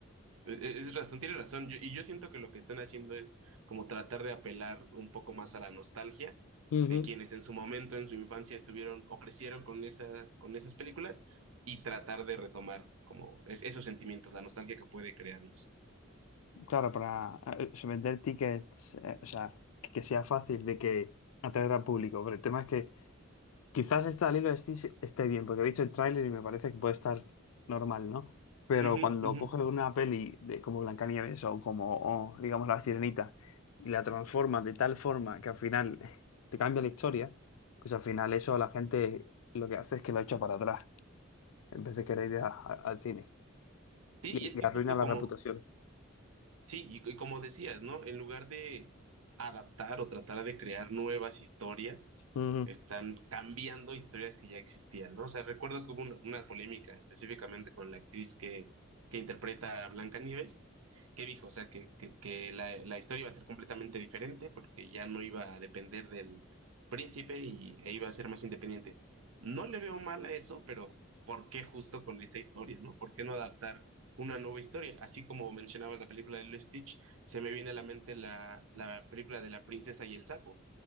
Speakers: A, on the right; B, on the left.
A: e- e- es razón, tiene razón. Yo- y yo siento que lo que están haciendo es como tratar de apelar un poco más a la nostalgia
B: Ujú.
A: de quienes en su momento, en su infancia, estuvieron o crecieron con esa, con esas películas y tratar de retomar como es- esos sentimientos, la nostalgia que puede crearlos.
B: Claro, para eh, eh, vender tickets, eh, o sea, que que sea fácil de que atraer al público, pero el tema es que Quizás esta Lilo esté, esté bien, porque he visto el tráiler y me parece que puede estar normal, ¿no? Pero
A: Ujú,
B: cuando
A: ujú.
B: coge una peli de, como Blancanieves o como, o, digamos, La Sirenita y la transforma de tal forma que al final te cambia la historia, pues al final eso a la gente lo que hace es que lo echa para atrás, en vez de querer ir a- a- al cine.
A: Sí,
B: Y,
A: y es que
B: y arruina
A: justo
B: la
A: como,
B: reputación.
A: Sí, y, y como decías, ¿no? En lugar de adaptar o tratar de crear nuevas historias,
B: Ujú.
A: están cambiando historias que ya existían, ¿no? O sea, recuerdo que hubo una, una polémica específicamente con la actriz que, que interpreta a Blancanieves, que dijo, o sea, que, que, que la, la historia iba a ser completamente diferente porque ya no iba a depender del príncipe y, e iba a ser más independiente. No le veo mal a eso, pero ¿por qué justo con esa historia, ¿no? ¿Por qué no adaptar? una nueva historia. Así como mencionabas la película de Lilo y Stitch, se me viene a la mente la, la película de la princesa y el sapo,